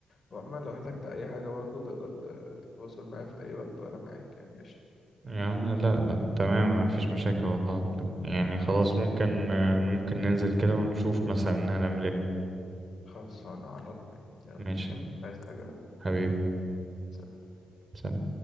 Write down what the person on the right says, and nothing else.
يعني لا لا تمام مفيش مشاكل والله والله. يعني
خلاص ممكن ممكن ننزل كده ونشوف مثلا هنعمل ايه
ماشي
حبيبي
سلام